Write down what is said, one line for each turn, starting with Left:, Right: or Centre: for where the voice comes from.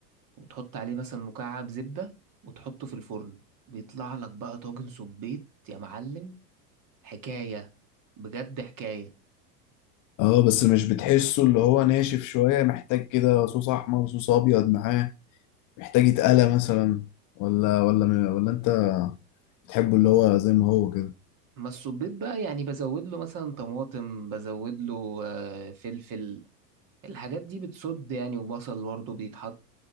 Right: وتحط عليه مثلا مكعب زبدة وتحطه في الفرن بيطلع لك بقى طاجن سبيط يا معلم حكاية بجد حكاية
Left: اه بس مش بتحسه اللي هو ناشف شوية محتاج كده صوص احمر صوص ابيض معاه محتاج يتقلى مثلا ولا ولا ولا انت بتحبه اللي هو زي ما هو كده
Right: ما السبيط بقى يعني بزود له مثلا طماطم بزود له آه، فلفل الحاجات دي بتصد يعني وبصل برضه بيتحط